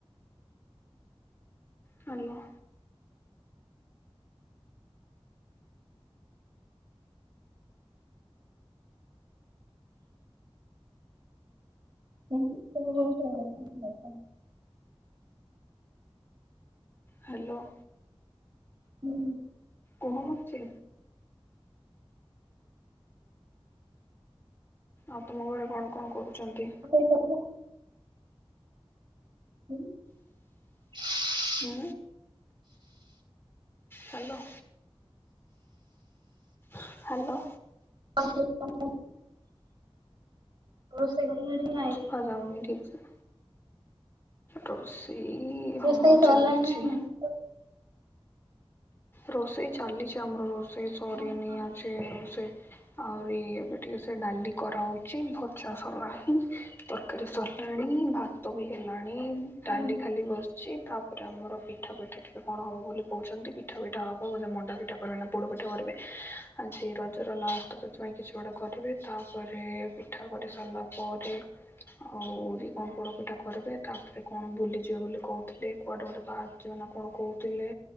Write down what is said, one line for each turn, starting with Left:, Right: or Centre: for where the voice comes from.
Left: ହ୍ୟାଲୋ।
Right: <unintelligible>
Left: ହ୍ୟାଲୋ।
Right: ହୁଁ।
Left: କୁହମ କିଛି। ଆଉ ତମ ଘରେ କଣ କଣ କରୁଚନ୍ତି?
Right: ସେଇ କଥା ହୁଁଉଁ।
Left: ହୁଁ ହ୍ୟାଲୋ। ହ୍ୟାଲୋ।
Right: ଆଉ ସବୁ କଣ କଣ ରୋଷେଇ କଲଣି ନା ନାଇଁ?
Left: ଶୁଭା ଯାଉନି ଠିକ୍ ସେ। ରୋଷେଇ
Right: ରୋଷେଇ
Left: ହଁ
Right: ସରିଲାଣି
Left: ଚାଲିଚି।
Right: ନା ନାଇଁ? ରୋଷେଇ ସରିଲାଣି ନା ନାଇଁ?
Left: ରୋଷେଇ ଚାଲିଚି ଆମର ରୋଷେଇ ସରିନି
Right: ଓହୋ
Left: ଆଜି ସେ ଆହୁରି ଏବେ ଟିକେ ସେ ଡାଲି କରାହୋଉଚି ଭଜା ସରିଲାଣି। ତରକାରୀ ସରିଲାଣି ଭାତ ବି ହେଲାଣି। ଡାଲି
Right: ହୁଁ
Left: ଖାଲି ବସିଛି ତାପରେ ଆମର ପିଠା ପିଠି ଟିକେ କଣ ହବ ବୋଲି କହୁଛନ୍ତି। ପିଠା ପିଠା ହବ ମଣ୍ଡା ପିଠା କରିବି ନା ପୋଡ ପିଠା ହେ--କରିବି ଆଜି ରଜର ଲାଷ୍ଟ ସେଥିପାଇଁ କିଛି ଗୋଟେ କରିବି ତାପରେ ପିଠା ପିଠି କରିସାରିଲା ପରେ। ଆଉ ରି କଣ ପୋଡ ପିଠା କରିବେ ତାପରେ କଣ ବୁଲିଯିବେ ବୋଲି କହୁଥିଲେ କୁଆଡେ ଗୋଟେ ପା ଯୋଉ ଆପଣ କଣ କହୁଥିଲେ